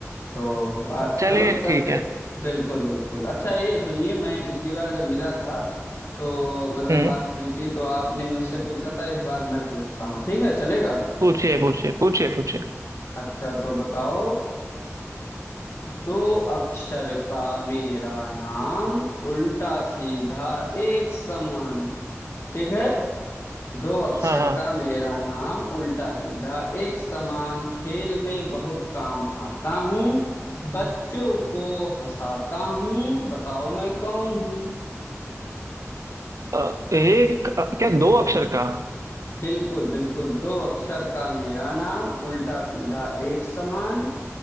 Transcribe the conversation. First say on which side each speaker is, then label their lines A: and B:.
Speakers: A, on the left (about 55°); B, on the right (about 85°).
A: तो आ,
B: चलिए
A: चलो सब
B: ठीक
A: फिर
B: है
A: बिल्कुल बिल्कुल अच्छा ये सुनिए मैं पिछली बार जब मिला था तो मतलब
B: हम्म
A: बात हुई थी तो आपने मुझसे पूछा था इस बार मैं पूछता हूँ ठीक है चलेगा
B: पूछिए पूछिए पूछिए पूछिए
A: अच्छा तो बताओ दो अक्षर का मेरा नाम उल्टा सीधा एक समान ठीक है दो अक्षर
B: हाँ हाँ
A: का मेरा नाम उल्टा सीधा एक समान खेल में बहुत काम आता हूँ बच्चों को हंसाता हूँ बताओ मैं कौन हूँ
B: अ, एक अ, क्या दो अक्षर का
A: बिल्कुल बिल्कुल दो अक्षर का मेरा नाम उल्टा सीधा एक समान